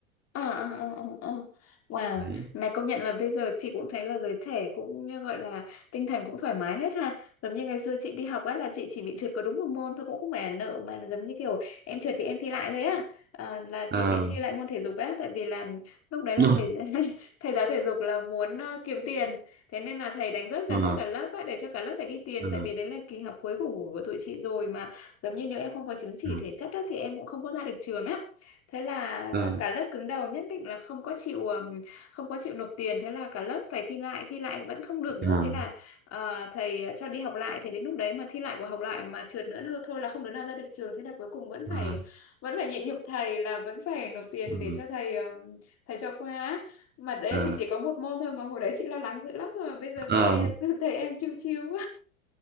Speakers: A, on the left; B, on the right.
A: ờ ờ ờ ờ ờ ờ. ờ. Wow,
B: đấy
A: này công nhận là bây giờ chị cũng thấy là giới trẻ cũng như gọi là tinh thần cũng thoải mái hết ha. Giống như ngày xưa chị đi học ấy là chị chỉ bị trượt có đúng một môn thôi cũng không phải là nợ mà là giống như kiểu em trượt thì em thi lại thôi á. À, là
B: Ờ,
A: chị bị thi lại môn thể dục á tại vì là lúc đấy là
B: <laughs> đúng
A: thầy
B: rồi
A: <laughs> thầy giáo thể dục là muốn ờ, kiếm tiền. Thế nên là thầy đánh rớt
B: Ờ,
A: gần hết cả lớp á để cho cả lớp phải đi tiền
B: ờ,
A: tại vì đấy là kỳ học cuối của của tụi chị rồi mà giống như nếu em không có chứng chỉ
B: ờ,
A: thể chất á, thì em cũng không có ra được trường á thế là
B: ờ.
A: cả lớp cứng đầu nhất định là không có chịu ừm, không có chịu nộp tiền thế là cả lớp phải thi lại thi lại vẫn không được nữa
B: Ờ,
A: thế là ờ, thầy cho đi học lại thì đến lúc đấy mà thi lại của học lại mà trượt nữa thôi thôi là không đứa nào ra được trường thế là cuối cùng vẫn
B: ờ,
A: phải vẫn phải nhịn nhục thầy là vẫn phải nộp tiền
B: ờ,
A: để cho thầy ừm, thầy cho qua á. mà đấy
B: ờ,
A: chị chỉ có một môn thôi mà hồi đấy chị lo lắng dữ lắm rồi mà bây giờ
B: ờ,
A: thấy em <laughs> thấy em chiêu chiêu